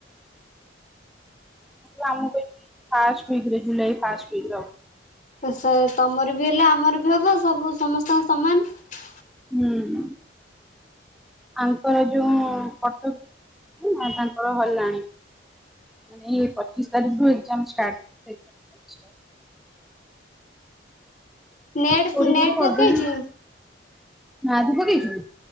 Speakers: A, in the centre; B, on the left.
A: First week July first week ରେ ହବ।
B: ତ ସେ ତମର ବି ହେଲେ ଆମର ବି ହବ ସବୁ ସମସ୍ତଙ୍କ ସମାନ।
A: ହୁଁ ତାଙ୍କର ଯୋଉ ଫଟ ତାଙ୍କର ହେଲାଣି ମାନେ ଏ ପଚିଶ ତାରିଖ ଠୁ ଏକ୍ସାମ ଷ୍ଟାର୍ଟ।
B: ନେଟ୍
A: କୋଉଠି
B: ନେଟ୍
A: କୋଉଠି
B: ପକେଇଚୁ।
A: କରିଦଉଛନ୍ତି ନାଁ ତୁ ପକେଇଛୁ।